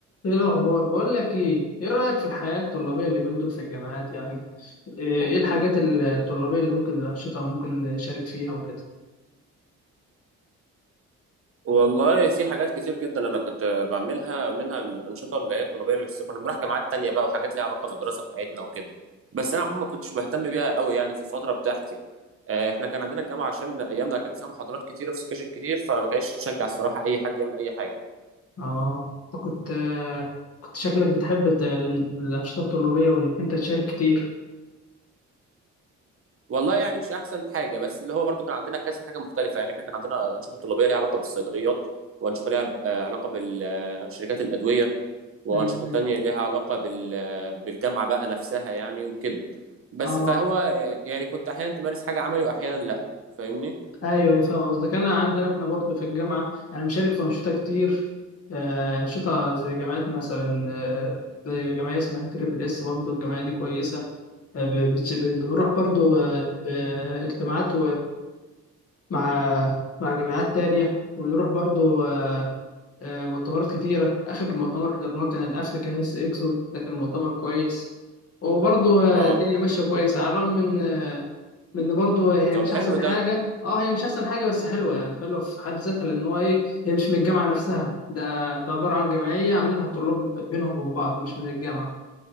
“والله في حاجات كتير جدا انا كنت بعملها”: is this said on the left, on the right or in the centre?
Right